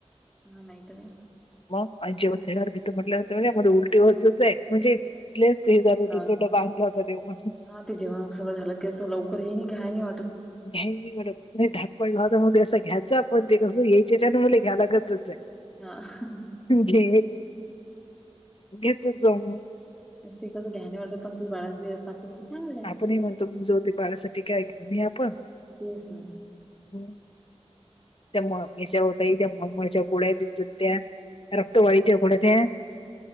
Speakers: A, in the centre; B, on the left.
A: हा नाहीत काय
B: मग आणि जेवण र भितर म्हटल्यान म्हण या म उलटी होतच आहे म्हणजे इच हे जात
A: हा
B: हो डबा आणला हो तर देऊ म्हणून
A: हा ते जेवणार झालं क असं लवकर हे नाही घ्याय नाही वाटत
B: घ्याई नाही मडम धापपाळ भाता मु असं घ्यायचं आपण ते कस यायच्याच्या मु घ्यायला गतच आहे
A: ह
B: घे घेत जाऊ म
A: ती कसं ध्याने वाटतात पण त बाळास असा तु चांगलय
B: आपणही म्हणतो जाऊदे बाळासाठी काय घेऊन ये आपण
A: तेच ना
B: हम्म त्या हेज्या ओ ताई त्या मळमळीच्या गोळ्या देतात त्या रक्तवाडीच्या
A: हम्म
B: गोळ्या त्या